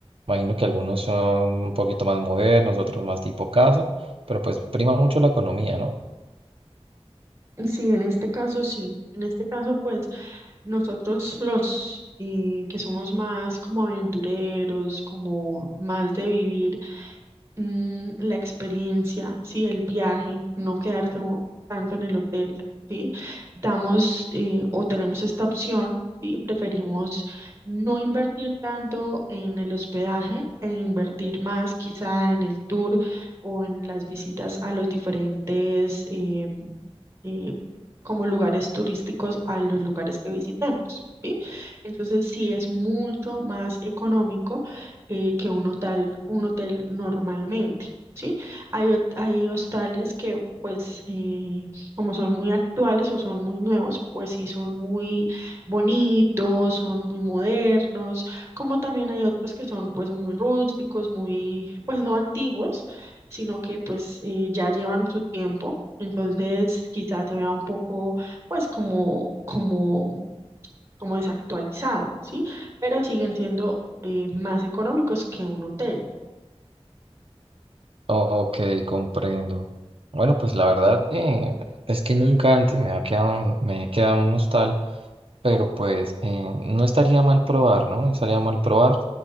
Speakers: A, on the right; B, on the right.
A: Imagino que algunos son un poquito más modernos, otros más tipo casa, pero pues prima mucho la economía, ¿no?
B: Sí, en este caso sí. En este caso, pues nosotros los eh, que somos más como aventureros, como más de vivir mm, la experiencia, ¿sí? El viaje, no quedarse o- tanto en el hotel, ¿sí? Damos eh, o tenemos esta opción, ¿sí? Preferimos no invertir tanto en el hospedaje e invertir más quizá en el tour o en las visitas a los diferentes, eh, eh, como lugares turísticos a los lugares que visitemos, ¿sí? Entonces sí es mucho más económico eh, que un hotel, un hotel normalmente. ¿Sí? Hay, hot- hay hostales que, pues, eh, como son muy actuales o son muy nuevos, pues sí son muy bonitos, son muy modernos, como también hay otros que son, pues, muy rústicos, muy, pues, no antiguos, sino que, pues, eh, ya llevan su tiempo. Entonces, quizás se vea un poco, pues, como, como como desactualizado, ¿sí? Pero siguen siendo eh, más económicos que un hotel.
A: Ok, comprendo. Bueno, pues la verdad eh, es que nunca antes me ha quedado, un- me he quedado en un hostal. pero pues eh, no estaría mal probar, ¿no? No estaría mal probar.